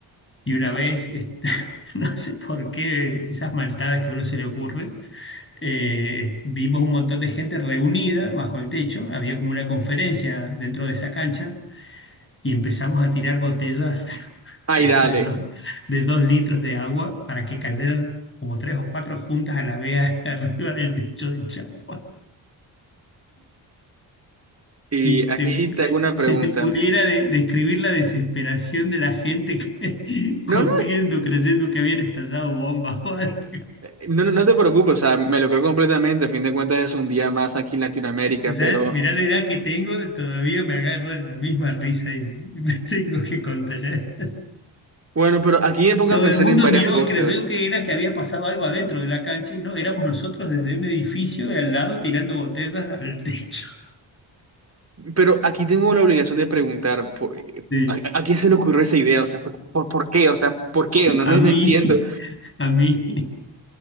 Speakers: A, on the left; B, on the right.
A: Y una vez, este, <laughs> no sé por qué esas maldades que a uno se le ocurre, eh, vimos un montón de gente reunida bajo el techo, había como una conferencia dentro de esa cancha y empezamos a tirar botellas <laughs>
B: Ay,
A: de,
B: dale.
A: de dos, de dos litros de agua para que cayeran como tres o cuatro juntas a la vez <laughs> arriba del techo de Chagua.
B: Y
A: Si
B: aquí
A: te, pu-
B: te hago una
A: si
B: pregunta.
A: te pudiera de- describir la desesperación de la gente que, <laughs> corriendo
B: No, no,
A: creyendo que habían estallado bombas. <laughs>
B: eh, no, no no te preocupes, o sea, me lo creo completamente. A fin de cuentas es un día más aquí en Latinoamérica,
A: Ya,
B: pero
A: mirá la edad que tengo, todavía me agarra la misma risa y <laughs> me tengo que contener.
B: bueno, pero aquí me pongo
A: Todo
B: a pensar
A: el mundo
B: en varias
A: miró
B: cosas.
A: y creyó que era que había pasado algo adentro de la cancha y no, éramos nosotros desde un edificio de al lado tirando botellas al <laughs> techo.
B: Pero aquí tengo la obligación de preguntar, ¿por,
A: Sí,
B: a, a quién se le ocurrió esa idea? O sea, fue, ¿por, por qué? O sea, ¿por qué? No,
A: a
B: no, no
A: mí,
B: entiendo.
A: <laughs> a mí,